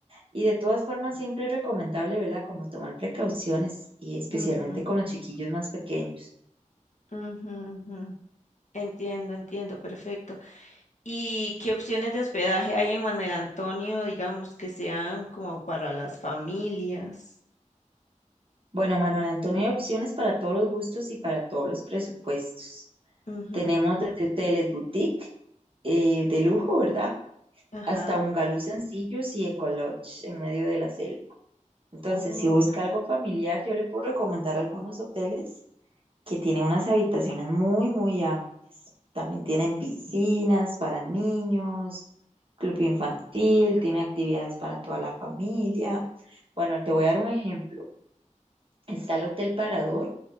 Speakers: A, on the right; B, on the left.
A: Y de todas formas, siempre es recomendable, ¿verdad? Como tomar precauciones, y especialmente
B: ujú,
A: con los chiquillos más pequeños.
B: ujú, ujú. Entiendo, entiendo, perfecto. ¿Y qué opciones de hospedaje hay en Manuel Antonio, digamos, que sean como para las familias?
A: Bueno, Manuel Antonio, hay opciones para todos los gustos y para todos los presupuestos.
B: Ujú,
A: Tenemos desde hoteles boutique eh, de lujo, ¿verdad?
B: Ajá.
A: Hasta bungalows sencillos y ecolodge en medio de la selva. Entonces,
B: Oh,
A: si busca algo familiar, yo le puedo recomendar algunos hoteles que tiene unas habitaciones muy, muy amplias. También tienen piscinas para niños, club infantil, tiene actividades para toda la familia. Bueno, te voy a dar un ejemplo. Está el Hotel Parador,